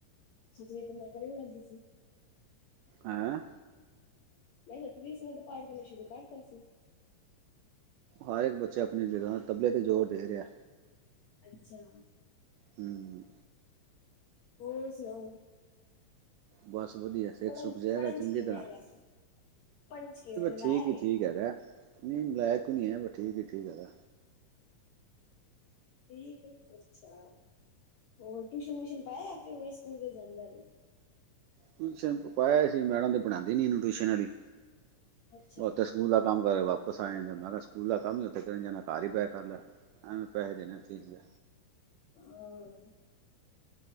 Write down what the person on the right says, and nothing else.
ਹੈਂ।
ਹਰ ਇੱਕ ਬੱਚੇ ਆਪਣੀ ਜਗ੍ਹਾ ਤਬਲੇ 'ਤੇ ਜ਼ੋਰ ਦੇ ਰਿਹਾ।
ਹਮ।
ਬਸ ਵਧੀਆ। ਸਿੱਖ
ਸੁੱਕ ਜਾਏਗਾ
ਚੰਗੀ
ਤਰ੍ਹਾਂ।
ਠੀਕ ਹੀ
ਠੀਕ ਹੈਗਾ। ਨਹੀਂ ਲਾਇਕ ਨੀ ਹੈ ਠੀਕ ਹੀ ਠੀਕ ਹੈਗਾ।
ਟਿਊਸ਼ਨ ਤੇ ਪਾਇਆ ਸੀ, ਮੈਡਮ ਤੇ ਪੜ੍ਹਾਆਂਦੀ ਨੀ ਇਹਨੂੰ ਟਿਊਸ਼ਨ ਵਾਲੀ
ਬਹੁਤ
ਸ ਸਕੂਲ ਦਾ ਕੰਮ ਕਰਕੇ ਵਾਪਸ ਆ ਜਾਂਦਾ। ਮੈਂ ਕਿਹਾ ਸਕੂਲ ਦਾ ਕੰਮ ਹੀ ਉੱਥੇ ਕੀ ਕਰਨ ਜਾਨੈ ਘਰ ਹੀ ਬੈ ਕਰ ਲੈ। ਐਵੇ ਪੈਹੇ ਦੇਨੇ ਫੀਸ ਦੇ।